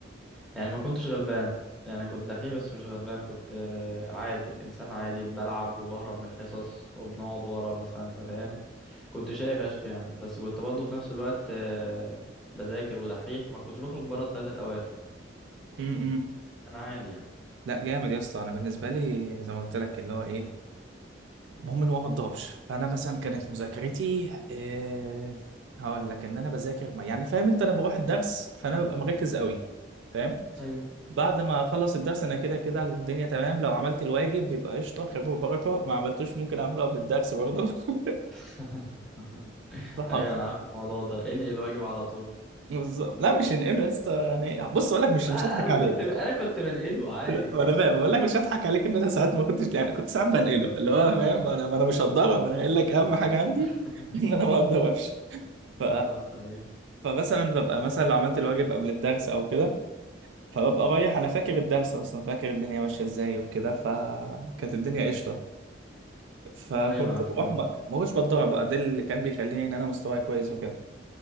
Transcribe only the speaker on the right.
معاك
لا جامد يا اسطى انا بالنسبه لي زي ما قلت لك اللي هو ايه المهم اللي هو ما تضربش فانا مثلا كانت مذاكرتي إيه هقول لك ان انا بذاكر ما يعني فاهم انت انا بروح الدرس فانا ببقى مركز قوي فاهم
بعد ما اخلص الدرس انا كده كده الدنيا تمام لو عملت الواجب بيبقى قشطه خير وبركه ما عملتوش ممكن اعمله قبل الدرس برضه <laughs>
فحافظ
بالظبط لا مش هنقمع يا اسطى يعني بص اقول لك مش
مش هضحك
عليك
لا، انا فاهم بقول لك مش هضحك عليك ان انا ساعات ما كنتش يعني كنت ساعات بنقله اللي هو فاهم انا ما انا مش هتضرب انا قايل لك اهم حاجه عندي
<laughs> ان انا ما اتضربش
ف
فمثلا ببقى مثلا لو عملت الواجب قبل الدرس او كده فببقى رايح انا فاكر الدرس اصلا فاكر الدنيا ماشيه ازاي وكده فكانت الدنيا قشطه فكنت
بروح
ما ما كنتش بتضرب بقى ده اللي كان بيخليني ان انا مستواي كويس وكده